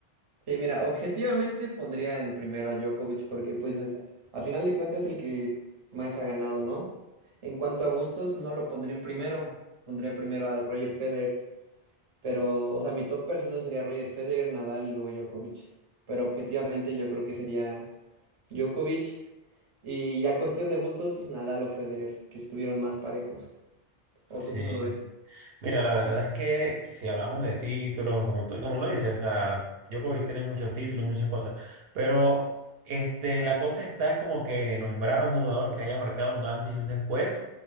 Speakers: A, on the right (about 35°); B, on the right (about 70°).
A: Sí, mira, objetivamente pondría en primero a Djokovic porque pues a final de cuentas es el que más ha ganado, ¿no? En cuanto a gustos, no lo pondría en primero. Pondría primero a Roger Federer. Pero, o sea, mi top personal sería Roger Federer, Nadal y luego Djokovic. Pero objetivamente yo creo que sería Djokovic. Y ya cuestión de gustos, Nadal o Federer, que estuvieron más parejos. ¿O
B: Sí.
A: tú cómo lo ves?
B: Mira, la verdad es que si hablamos de títulos, como tú, como lo dices, o sea, Djokovic tiene muchos títulos y muchas cosas, pero este, la cosa está es como que nombrar a un jugador que haya marcado un antes y un después